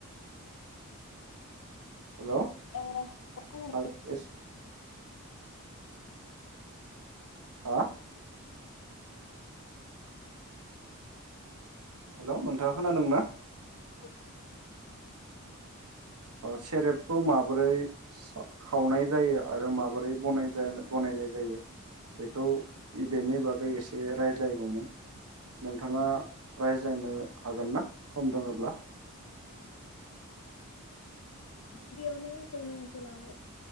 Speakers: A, on the right (about 80°); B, on the left (about 80°).
A: हेल
B: ओ खोनादों
A: <inaudible> हा हेल नोंथाङा खोनादोंना
B: औ
A: सेरेबखौ माबोरै खावनाय जायो आरो माबोरै बनायनाय जायो बेखौ बेनि बागै एसे रायज्लायगौमोन नोंथाङा रायज्लायनो हागोन ना सम दङोब्ला
B: औ नोंथां औ गिबियावनो जोंनि ओनसोलाव